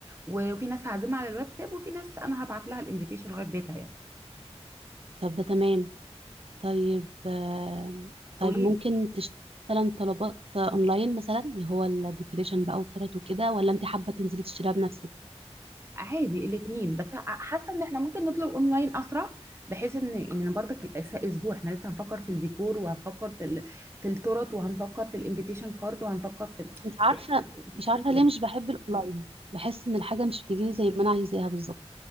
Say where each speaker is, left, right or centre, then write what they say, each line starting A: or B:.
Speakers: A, on the right; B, on the right.
A: وفي ناس هعزمها على الواتساب وفي ناس انا هبعت لها الانفيتيشن لغاية بيتها يعني
B: طب ده تمام طيب آم، طيب
A: قولي
B: ممكن
A: لي
B: تشتري مثلا طلبات اونلاين مثلا اللي هو الديكوريشن بقى والطرط وكده ولا انت حابه تنزلي تشتريها بنفسك
A: عادي الاثنين بس ح- حاسة ان احنا ممكن نطلب اونلاين اسرع بحيث ان ان برضك لسه اسبوع احنا لسه هنفكر في الديكور وهنفكر في ال... في التورت وهنفكر في الانفيتيشن كارد وهنفكر في
B: مش عارفه
A: في في
B: مش
A: كتير
B: عارفه ليه مش بحب الاونلاين بحس ان الحاجه مش بتجيلي زي ما انا عايزاها بالظبط